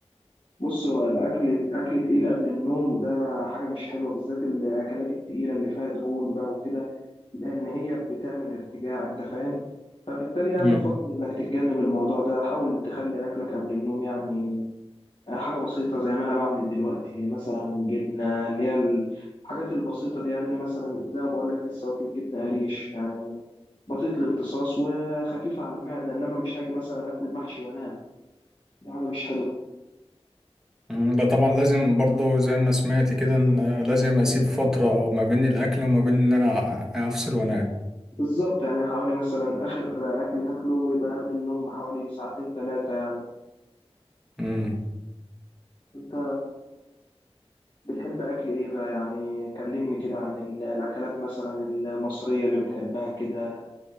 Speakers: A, on the left; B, in the centre.
A: بص هو الأكل أكل تقيل قبل النوم ده حاجة مش حلوة بالذات الأكلات التقيلة اللي فيها دهون بقى وكده لأن هي بتعمل ارتجاع أنت فاهم فبالتالي يعني
B: امم
A: يفضل إنك تتجنب الموضوع ده حاول تخلي أكلك قبل النوم يعني حاجة بسيطة زي ما أنا بعمل دلوقتي مثلا جبنة اللي هي الحاجات البسيطة دي يعني أنا مثلا زي ما بقول لك لسه واكل جبنة قريش يعني بطيئة الامتصاص وخفيفة على المعدة إنما مش هاجي مثلا آكل محشي وأنام دي حاجة مش حلوة
B: مم، ده طبعا لازم برضو زي ما سمعت كده ان لازم اسيب فتره ما بين الاكل وما بين ان انا افصل وانام
A: بالظبط يعني حوالي مثلا آخر أكل تاكله يبقى قبل النوم بحوالي ساعتين ثلاثة يعني
B: امم
A: أنت بتحب أكل إيه بقى يعني كلمني كده عن ال- الأكلات مثلا المصرية اللي بتحبها كده